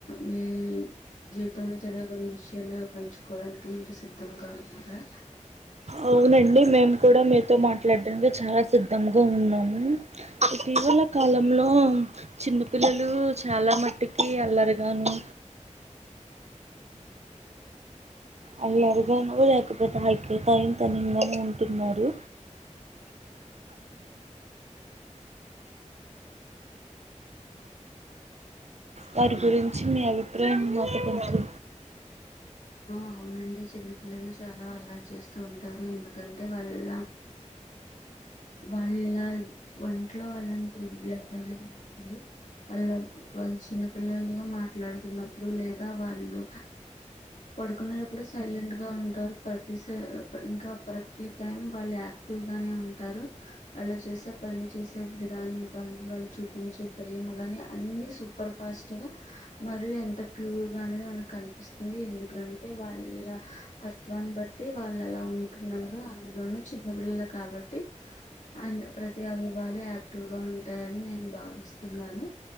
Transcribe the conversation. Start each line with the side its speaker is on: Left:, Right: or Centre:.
Left: మీ జీవితంలో జరిగే కొన్ని విషయాలు పంచుకోవడానికి మీకు సిద్ధంగా అద
Right: అవునండి మేము కూడా మీతో మాట్లాడడానికి చాలా సిద్ధంగా ఉన్నాము ఇటీవల కాలంలో చిన్నపిల్లలు చాలా మట్టికి అల్లరుగాను అల్లరుగాను లేకపోతే ఐక్య తాయి తనింగా ఉంటున్నారు వారి గురించి మీ అభిప్రాయం మకించు
Left: అవునండి చిన్న పిల్లలు చాలా అల్లాారు చేస్తూ ఉంటారు ఇందు అంటే వాళ్ళ వాళ్ళ ఒంట్లో అలాంటి బ్లడ్ అనేది ఉంటుంది వాళ్ళ వాళ్ళు చిన్నపిల్లలుగా మాట్లాడుతున్నప్పుడు లేదా వాళ్ళు పడుకున్నప్పుడు సైలెంట్ గా ఉంటారు ప్రతి ఇంకా ప్రతి టైం వాళ్ళు యాక్టివ్ గానే ఉంటారు వాళ్ళు చేసే పంచిస గ్రాన్ కార్నివల్ చూపించే ప్రేమ గాని అన్ని సూపర్ ఫాస్ట్ గా మరియు ఎంత ప్యూర్ గా అనేది మనకు కనిపిస్తుంది ఎందుకు ఎకంటే వాళ్ళ తత్వాన్ని బట్టి వాళ్ళు ఎలా ఉంటున్నారు అందులోనూ చిన్నపిిల్లలు కాబట్టి అ ప్రతి అవి వాళ యాక్టివ్గా ఉంటాయని నేను భావిస్తున్నాను